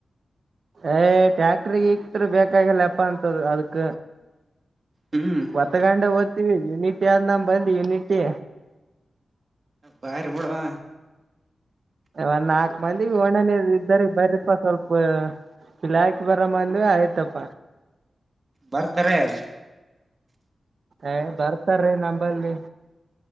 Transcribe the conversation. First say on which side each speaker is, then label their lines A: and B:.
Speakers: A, on the right; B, on the right.
A: ಯ ಟ್ಯಾಕ್ಟ್ರಿ ಗಿಕ್ಟ್ರ್ ಇಕ್ತ್ ಬೇಕಾಗಿಲ್ಲ ಅಪ್ಪ ಅಂತದ ಅದಕ್.
B: ಹ್ಮ್
A: ಒತ್ತಗಂಡ ಓದ್ತೀವಿ ಯುನಿಟಿ ಆದ ನಮ ಬಂದು ಯುನಿಟಿ
B: ಬಾರಿ ಬಿಡುವ
A: ಒಂದ್ ನಾಲ್ಕು ಮಂದಿಗೆ ಒಣನ ಇದ್ದಾರೆ ಬರ್ರಪಾ ಸ್ವಲ್ಪ ಪಿಲಾಕಕ್ ಬರ ಅಂದ್ವಿ ಆಯ್ತಪ್ಪ
B: ಬರ್ತಾರೆ ಅದ
A: ಏ ಬರ್ತಾರೀ ನಂಬಲ್ಲಿ